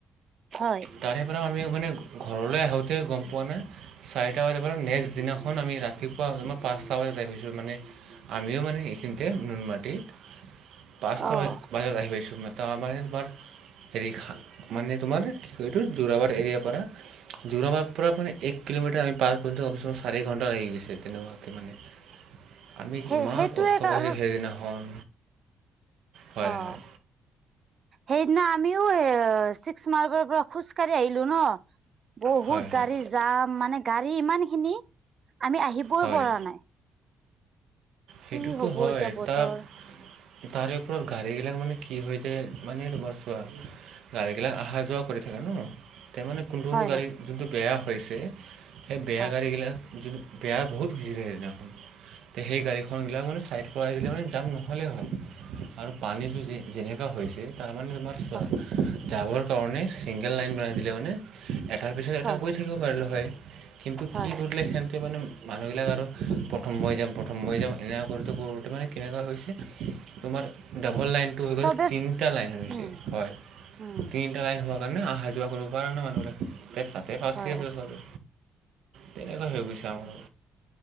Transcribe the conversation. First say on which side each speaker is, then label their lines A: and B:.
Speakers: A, on the right; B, on the right.
A: হয়।
B: তাৰে পৰা আমি মানে, ঘৰলৈ আহোতে গম পোৱা নাই। চাৰিটা বজাৰ পৰা নেক্সট দিনাখন আমি ৰাতিপুৱাৰ পাঁচটা বজাত আহিছোঁ। মানে আমিও মানে এইখিনিতে নুনমাটিত। পাঁচটা
A: অ
B: বাজা-বাজাত আহি পাইছোঁ। তাৰমানে তোমাৰ হেৰি খা মানে, তোমাৰ এইটো যোৰাবাট এৰিয়াৰ পৰা। যোৰাবাট পৰা মানে, এক কিলোমিটাৰ আমি পাৰ কৰিওঁ কমচে কম চাৰি ঘণ্টা লাগি গৈছে তেনেকোৱাকে মানে।
A: <unintelligible>
B: আমি
A: সেই
B: ইমান
A: সেইটোৱে
B: কষ্ট
A: কাৰণ
B: পাইছোঁ সেইদিনাখন। হয়
A: অহ।
B: হয়
A: সেইদিনা আমিও এ চিক্স মাৰ্বৰ পৰা খোজকাঢ়ি আহিলোঁ ন'। বহুত
B: হয় হয়
A: গাড়ী জাম, মানে গাড়ী ইমানখিনি আমি আহিবই
B: হয়
A: পৰা নাই। কি
B: সেইটোতো
A: হব
B: হয়,
A: এতিয়া বতৰ
B: তাত তাৰে ওপৰত গাড়ীগিলাক মানে কি হৈ যায়, মানে তোমাৰ চোৱা। গাড়ীগিলাক অহা যোৱা কৰি থাকে ন' তে মানে কোনটো-কোনটো
A: হয়
B: গাড়ী
A: হয়
B: যোনটো বেয়া হৈছে, সেই বেয়া
A: হয়
B: গাড়ীগিলাক যোন <unintelligible> তে সেই গাড়ীখন সোনবিলাক মানে চাইড কৰাই দিলে মানে জাম নহ'লেই হ'ল। আৰু পানীটো যে-যেনেকা হৈছে তাৰমানে তোমাৰ চোৱা,
A: হয়
B: যাবৰ কাৰণে চিংগল লাইন বনাই দিলে মানে এটাৰ পিছত এটা
A: হয়
B: গৈ
A: হয়
B: থাকিব পাৰিলোঁ হয়, কিন্তু কি
A: হয় হয়
B: কৰিলে সেহেন্তে মানে মানুহবিলাক আৰু প্ৰথম মই যাম, প্ৰথম মই যাম, এনেকুৱা কৰোঁতে-কৰোঁতে মানে কেনেকুৱা হৈছে তোমাৰ ডাবল লাইনটো হৈ গ'ল
A: চবে
B: তিনটা লাইন হৈছে
A: উম
B: হয়।
A: উম
B: তিন তিনটা লাইন হোৱাৰ কাৰণে আহা যোৱা কৰিব পাৰা নাই মানুহবিলাক। তে তাতে ফাঁচি
A: হয়
B: আছে
A: হয়
B: চবে, তেনেকৈ হৈ গৈছে আমাৰো।